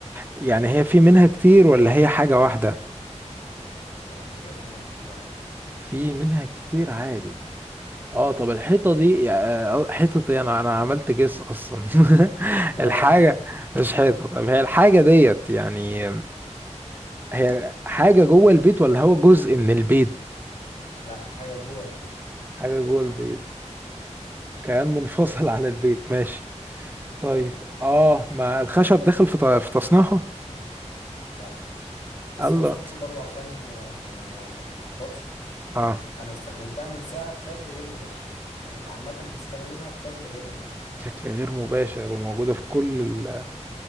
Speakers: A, on the right (about 15°); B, on the left (about 70°).
A: يعني هي في منها كتير ولا هي حاجة واحدة؟
B: لا ممكن يبقى في منها كتير عادي
A: في منها كتير عادي اه طب الحيطة دي آه، آه، حيطة ايه انا انا عملت جس اصلا <laughs>
B: لا
A: الحاجة
B: لا مش حته
A: مش حيطة طب هي الحاجة ديت يعني هي حاجة جوه البيت ولا هو جزء من البيت؟
B: لا حاجة جوه البيت
A: حاجة جوه البيت كيان منفصل عن البيت ماشي طيب
B: بالظبط
A: اه ما الخشب داخل في ط- في تصنيعها
B: لا بس
A: الله
B: بص ممكن برضو عشان آه، ما ما ما تتلخبطش
A: اه
B: انا استخدمتها من ساعة بشكل غير مباشر يعني انت عامة بتستخدمها بشكل غير مباشر
A: بشكل غير مباشر وموجودة في كل ال...